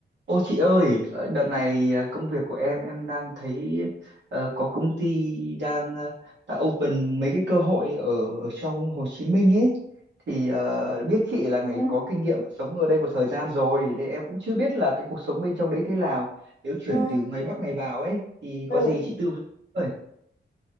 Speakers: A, on the right; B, on the left.
A: Ô chị ơi, ờ, đợt này ờ, công việc của em em đang thấy ờ, có công ty đang ờ, đã open mấy cái cơ hội ở ở trong Hồ Chí Minh ấy thì ờ, biết chị là người
B: Ừ.
A: có kinh nghiệm sống ở đây một thời gian rồi nên em cũng chưa biết là cái cuộc sống bên trong đấy thế nào. Nếu chuyển
B: Ừ.
A: từ ngoài Bắc này vào ấy thì
B: ừ.
A: có gì chị tư vấn. Ơi,